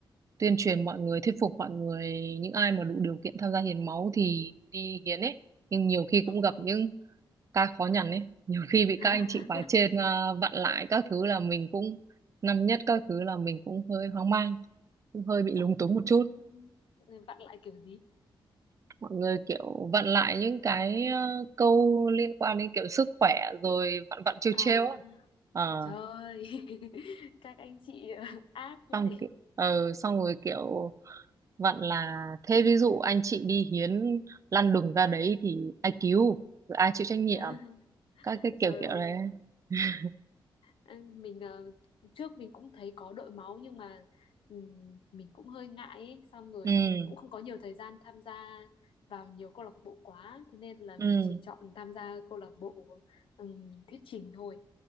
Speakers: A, on the right (about 35°); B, on the left (about 75°).
A: tuyên truyền mọi người, thuyết phục mọi người, những ai mà đủ điều kiện tham gia hiến máu thì đi hiến ấy. Nhưng nhiều khi cũng gặp
B: Ồ.
A: những ca khó nhằn ấy, <laughs> nhiều khi bị
B: <laughs>
A: các anh chị khóa trên ờ, vặn lại các thứ là mình cũng năm nhất các thứ là mình cũng hơi hoang mang, cũng hơi bị lúng
B: Ồ,
A: túng một
B: thế
A: chút
B: thì, người vặn lại kiểu gì?
A: mọi người kiểu vặn lại những cái ờ, câu liên quan đến kiểu sức khỏe rồi vặn vặn trêu
B: À,
A: trêu á ờ
B: trời ơi. <laughs> Các anh chị <laughs> ác vậy.
A: xong ki- ờ xong rồi kiểu vặn là thế ví dụ anh chị đi hiến lăn đùng ra đấy thì ai cứu rồi ai chịu trách nhiệm
B: <laughs>
A: các cái
B: Trời
A: kiểu kiểu
B: ơi,
A: đấy <laughs>
B: anh- mình ờ, trước mình cũng thấy có đội máu nhưng mà ừm, mình cũng hơi ngại ấy, xong rồi
A: ừ
B: cũng không có nhiều thời gian tham gia vào nhiều câu lạc bộ quá, thế nên là
A: ừ
B: mình chỉ chọn tham gia câu lạc bộ ừm, thuyết trình thôi